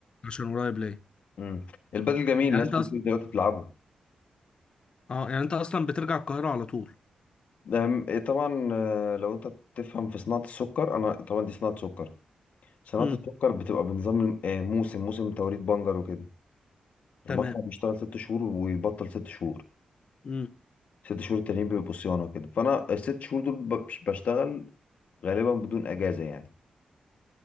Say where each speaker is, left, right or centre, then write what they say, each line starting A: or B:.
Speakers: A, on the left; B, on the left.
A: عشان قريب ليا
B: امم البدل جميل
A: يعني
B: ناس
A: انت
B: كتير
A: اصلا
B: دلوقتي بتلعبه
A: اه يعني انت اصلا بترجع القاهره على طول
B: أم- إيه طبعا آه، لو انت تفهم في صناعه السكر انا طبعا دي صناعه سكر صناعه
A: امم
B: السكر بتبقى بنظام الم- آه، موسم موسم توريد بنجر وكده المصنع
A: تمام
B: بيشتغل ست شهور ويبطل ست شهور
A: امم
B: ست شهور التانيين بيبقوا صيانه كده فانا الست شهور دول ب- بشتغل غالبا بدون اجازه يعني